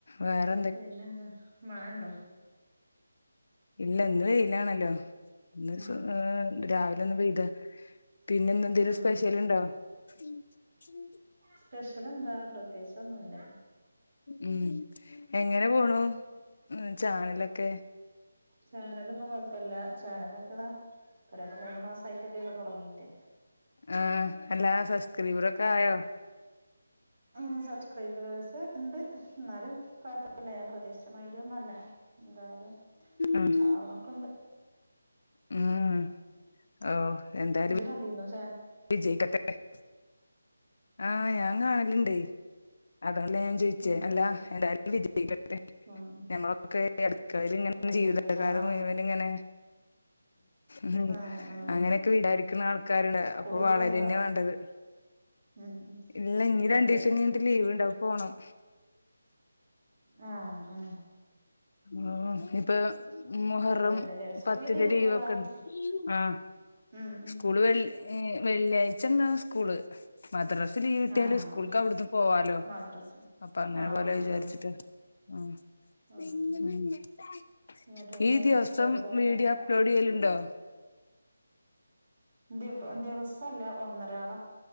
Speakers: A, on the left; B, on the right.
A: വേറെ
B: പിന്നെന്താ മഴണ്ടോ
A: ഇല്ലന്ന് വെയിലാണല്ലോ? ഇന്ന്
B: ഉം
A: ഈഹ് രാവിലെ ഒന്ന് പെയ്താ പിന്നെ ഇന്ന് എന്തെങ്കിലും
B: ആഹ്
A: സ്പെഷ്യല്ണ്ടോ? ഉം
B: സ്പെഷ്യൽ എന്താ പ്രത്യേകിച്ച് ഒന്നുല്ല
A: ഉം എങ്ങനെ പോണു ചാനലൊക്കെ
B: ചാനലൊന്നും കുഴപ്പല്ല ചാനലൊക്കെതാ ഇപ്പൊ രണ്ട് മൂന്ന് മാസയിട്ടല്ലേ ഉള്ളു തുടങ്ങീട്ട്
A: ആഹ് എല്ലാ സബ്സ്ക്രൈബറൊക്കെ ആയോ
B: ഉം സബ്സ്ക്രൈബേഴ്സ് ഉണ്ട്. എന്നാലും കൊഴപ്പില്ല ഞാൻ പ്രതീക്ഷിച്ച മരുന്നല്ലേ എന്തായാലും
A: ആഹ്
B: ആണൊക്കെണ്ട്
A: ഉം ഓ എന്തായാലും
B: ജ്ജ് <unintelligible>
A: <unintelligible> ആഹ് ഞാൻ കാണല്ണ്ട് ല്ല ഞാൻ ചോയിച്ചേ
B: ആഹ്
A: അല്ല എന്തായാലും വിജയിക്കട്ടെ
B: ഉം ഉം
A: ഞങ്ങളൊക്കെ അടുക്കളേല് ഇങ്ങനെ
B: അതന്നെ
A: ജീവിതകാലം
B: ഇങ്ങളെ നാ
A: മുയ്വൻ ഇങ്ങനെ ഉം
B: ആഹ് ആഹ്
A: അങ്ങനൊക്കെ വിചാരിക്കുന്ന ആൾക്കാര്ണ്ട് അപ്പൊ
B: കുടീക്കോയീന്നോ
A: വളരെന്നെ വാണ്ടത്
B: ഉം ഉം
A: ഇല്ല ഇനി രണ്ടീസം
B: അതെ
A: കയ്ഞ്ട്ട് ലീവ് ണ്ടാവും പോണം
B: ആഹ ഹ
A: ആ ഇപ്പൊ മുഹറം
B: ലീവല്ലേലേ സ്കൂള്
A: പത്തിന്റെ
B: ലീവ് കിട്ടോന്നാവോ
A: ലീവൊക്കെ ഉണ്ട് ആ
B: ഉം ഉം
A: സ്കൂള് വെ വെള്ളിയാഴ്ച ഉണ്ടാവും സ്കൂള് മദ്രസ ലീവ് കിട്ടിയാല്
B: ആഹ്
A: സ്കൂൾക്ക്
B: ആഹ്
A: അവിടുന്ന് പോവാലോ
B: മദ്രസ
A: അപ്പ അങ്ങനെ
B: ആഹ്
A: പോലെ വിചാരിച്ചിട്ട്
B: ആഹ്
A: ഉം ഉം
B: ആഹ് എന്നിട്ടെന്താ
A: ഈ ദിവസം
B: അവിടുത്തെ വർത്താനം
A: മീഡിയ അപ്‌ലോഡ് ചെയ്യലുണ്ടോ
B: ദിവ ദിവസവല്ല ഒന്നരാടം